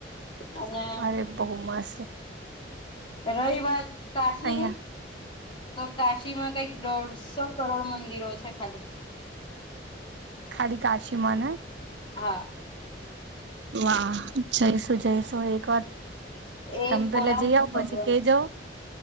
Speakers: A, on the left; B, on the right.
A: અને
B: અરે બહુ મસ
A: રહી વાત કાશી
B: અહિયાં
A: ની તો કાશીમાં કઈક દોઢસો કરોડ મંદિરો છે ખાલી.
B: ખાલી કાશીમાન.
A: હા.
B: વાહ જઈશું જઈશુ એક વાર
A: એ
B: તમ પેલા
A: બોલાવશે
B: જઈ આવ
A: ભગવાન
B: પછી કે જો.